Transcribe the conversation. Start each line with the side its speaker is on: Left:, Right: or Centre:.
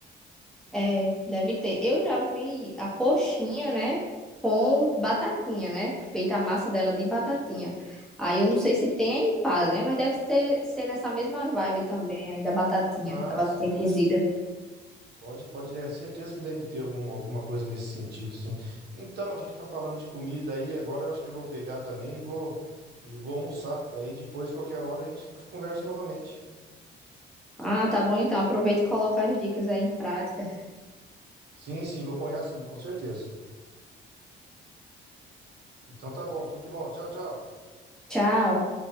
Centre: É, deve ter. Eu já vi a coxinha, né? Com batatinha, né? Feita a massa dela de batatinha. Aí eu não sei se tem a empada, né? Mas deve ter, ser nessa mesma vibe também, aí da batatinha,
Right: Ah,
Centre: da batatinha
Right: sim.
Centre: cozida.
Right: Pode, pode, é certeza que deve ter algum, alguma coisa nesse sentido, assim. Então, a gente tá falando de comida aí, agora eu acho que eu vou pegar também e vou, e vou almoçar. Daí depois, qualquer hora, a gente conversa novamente.
Centre: Ah, tá bom então. Aproveita e coloca as dicas aí em prática.
Right: Sim, sim, vou apanhar sim, com certeza. Então tá bom, tudo de bom. Tchau, tchau.
Centre: Tchau.